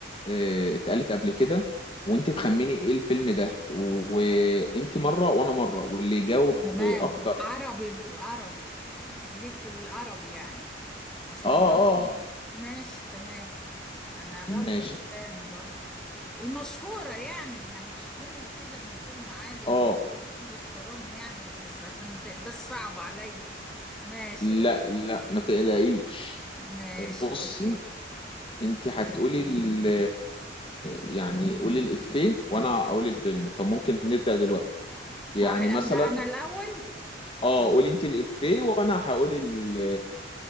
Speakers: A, on the left (about 30°); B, in the centre.
A: إيه اتقالت قبل كده وانت تخمني ايه الفيلم ده وانت مره وانا مره واللي يجاوب
B: تمام
A: اكتر
B: عربي عربي يعني ليك في العربي يعني اصلا
A: اه اه
B: معظم
A: آه،
B: ماشي تمام انا غاويه
A: ماشي
B: افلام برضو المشهوره يعني يعني مش جمل كده من فيلم عادي بيمر
A: اه
B: بمرور الكرام يعني بس عشان ما تبقاش صعب عليا ماشي
A: لا
B: اوكي
A: لا ما تقلقيش
B: ماشي
A: إيه بصي
B: اوكي
A: انت هتقولي ال يعني قولي الإفيه وانا اقول الفيلم فممكن نبدأ دلوقتي يعني
B: هاي
A: مثلا
B: ابدا انا الاول حلو
A: اه قولي انت الإفيه وانا هقول ال